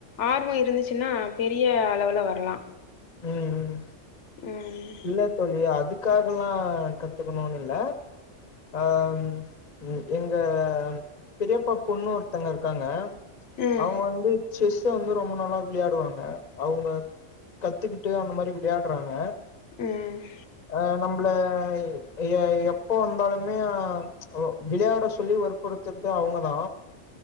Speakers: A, on the left (about 65°); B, on the left (about 35°).
A: ஆர்வ இருந்துச்சுனா பெரிய அளவ்ல வர்லா
B: ம் ம்
A: ம்
B: இல்ல தோழி அதுக்காகலா கத்துக்கணுன் இல்ல அ ம் எங்க பெரியப்பா பொண்ணு ஒருதங்க இருக்காங்க
A: ம்
B: அவங்க வந்து செஸ்ஸு வந்து ரொம்ப நாளா விளையாடுவாங்க அவுங்க கத்துக்கிட்டு அந்த மாரி விளையாடுறாங்க
A: ம்
B: அ நம்பள எ எப்ப வந்தாலுமே ஒ விளையாட சொல்லி வற்ப்புறத்துறது அவுங்கதா